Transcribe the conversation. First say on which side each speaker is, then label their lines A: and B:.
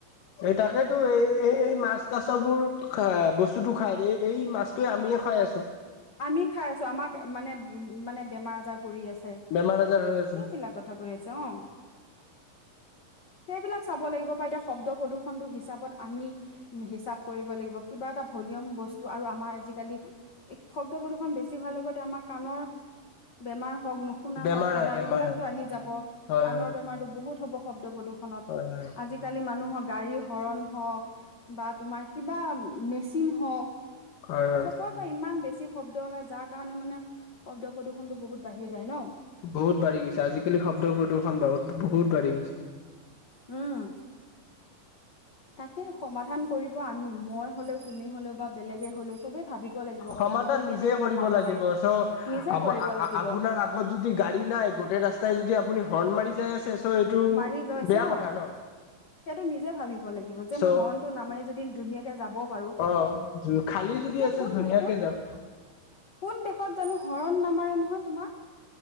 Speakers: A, on the left; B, on the left.
A: এই তাকেতো এই এই এই মাছ কাছবোৰ বস্তুতো খাই দ এই মাছটোৱে আমি খাই আছোঁ‌
B: আমি খাই আছো আমাক মানে উ মানে বেমাৰ -আজাৰ। কৰি আছে
A: বেমাৰ আজাৰ হৈ আছে
B: সেইবিলাক কথা কৰি আছে অ'। সেইবিলাক চাব লাগিব। বা এতিয়া শব্দ প্ৰদূৰ্ষনতটো হিচাপত আমি হিচাপ কৰিব লাগিব। কিবা এটা ভলিউম বস্তু আৰু আমাৰ আজিকালি শব্দ প্ৰদূষণ বেছি হোৱাৰ লগতে আমাৰ কাণৰ বেমাৰ হক নুশুনা
A: বেমাৰ
B: হওক কিবা
A: হয় বেমাৰ
B: এইবিলাকতো
A: হয়
B: আহি যাব
A: হয়
B: কাৰ
A: হয়
B: বেমাৰতো বহুত হ'ব শব্দ প্ৰদূষণ
A: হয় হয়
B: আজিকালি মানুহৰ গাড়ী হৰণ হওক বা তোমাৰ কিবা মেচিন হওক
A: হয় হয়
B: চবৰে পৰা ইমান বেছি শব্দ ওলাই যাৰ কাৰণে মানে শব্দ প্ৰদূষণতটো বহুত বাঢ়ি যায় ন।
A: বহুত বাঢ়ি গৈছে আজিকালি শব্দ প্ৰদূষণ বহুত বহুত বাঢ়ি গৈছে।
B: উম তাকে সমাধান কৰিব আমি মই হ'লেও তুমি হ'লেও বা বেলেগে হ'লেও চবে ভাবিব লাগিব কথাটো
A: সমাধান
B: যে কেনেকে
A: নিজে কৰিব
B: কমাব
A: লাগিব
B: পাৰি
A: চ
B: নিজে
A: আ
B: কৰিব লাগিব
A: আপোনাৰ আগত যদি গাড়ী নাই। গোটেই ৰাস্তাই যদি আপুনি হৰ্ণ মাৰি যাই আছে চ' এইটো
B: মাৰি গৈছে,
A: বেয়া
B: অ'
A: কথা ন
B: সেইটো নিজে ভাবিব লাগিব যে
A: চ'
B: মই হৰ্ণটো নামাৰি যদি কে যাব পাৰোঁ।
A: অ খালী যদি
B: এতিয়া
A: আছে
B: কোন
A: ধুনীয়াকে
B: - কোন
A: যাওক
B: - কোন দেশত জানো হৰণ নামাৰে নহয় তোমাৰ।